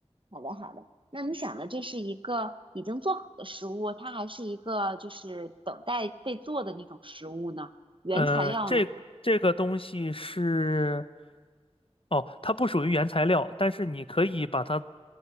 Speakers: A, on the right; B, on the left.
A: 好的，好的。那你想的这是一个已经做好的食物，它还是一个就是等待被做的那种食物呢？原材料呢？
B: 呃，这这个东西是，哦，它不属于原材料，但是你可以把它